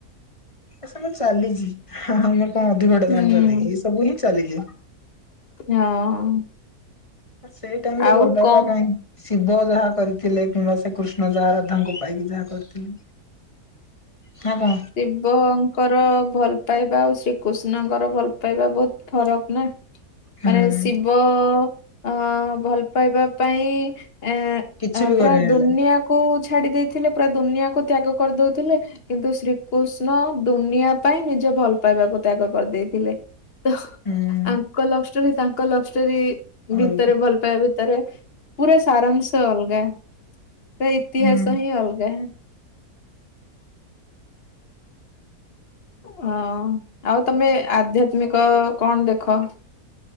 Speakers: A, on the left; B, on the left.
A: ଏସବୁ ଚାଲିଚି ଆମେ କଣ ଅଧିକଟେ
B: ହୁଁ
A: ଜାଣିଚନ୍ତି କି ଏଇ ସବୁ ହିଁ ଚାଲିଚି।
B: ହଁ।
A: ଅ ସେଇ ଟାଇମ୍ ରେ
B: ଆଉ
A: ଭଲ ପାଇବାଟା
B: କଣ
A: ହିଁ ଶିବ ଯାହା କରିଥିଲେ କିମ୍ବା ଶ୍ରୀ କୃଷ୍ଣ ଯାହା ଯାହା ରାଧାଙ୍କୁ ପାଇକି ଯାହା କରିଥିଲେ। ନାଁ କଣ?
B: ଶିବଙ୍କର ଭଲ ପାଇବା ଆଉ ଶ୍ରୀକୃଷ୍ଣଙ୍କର ଭଲ ପାଇବା ବୋହୁତ ଫରକ ନାଁ।
A: ହୁଁ
B: ମାନେ ଶିବ ଅ ଭଲ ପାଇବା ପାଇଁ ଏଁ
A: କିଛି
B: ଆ
A: ବି
B: ପୁରା
A: କରିନି ହେଲେ
B: ଦୁନିଆ କୁ ଛାଡ଼ି ଦେଇଥିଲେ ପୁରା ଦୁନିଆକୁ ତ୍ୟାଗ କରିଦଉଥୁଲେ କିନ୍ତୁ ଶ୍ରୀ କୁଷ୍ଣ ଦୁନିଆ ପାଇଁ ନିଜ ଭଲ ପାଇବାକୁ ତ୍ୟାଗ କରିଦେଇଥିଲେ। ତ
A: ହୁଁ
B: ଆଙ୍କ ଲଭ ଷ୍ଟୋରି ତାଙ୍କ ଲଭ ଷ୍ଟୋରି
A: ଆଉ
B: ଭିତରେ ଭଲ ପାଇବା ଭି ତରେ ପୁରା ସାରାଂଶ ଅଲଗା ପୁରା ଇତିହାସ
A: ହୁଁ
B: ହିଁ ଅଲଗା। ଅଁ। ଆଉ ତମେ ଆଧ୍ୟା ତ୍ମିକ କଣ ଦେଖ?